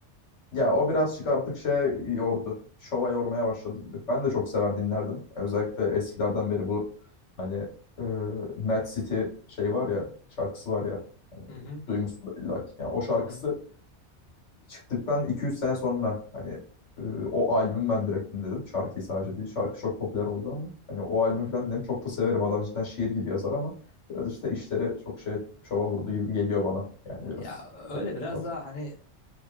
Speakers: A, on the left; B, on the left.
A: ya o birazcık artık şey yordu. Şova yormaya başladı gibi. Ben de çok sever dinlerdim. Özellikle eskilerden beri bu hani e, Mad City şey var ya şarkısı var ya
B: Hı hı.
A: duymuşsundur illa ki. Yani o şarkısı
B: Hı hı.
A: çıktıktan iki üç sene sonra hani e, o albüm ben direkt dinledim. Şarkıyı sadece değil. Şarkı çok popüler oldu ama hani o albüm falan dedim çok da severim. Adam cidden şiir gibi yazar ama biraz işte işleri çok şey şova vurdu gibi geliyor bana. Yani biraz
B: Ya öyle
A: gerek
B: biraz
A: fazla.
B: daha hani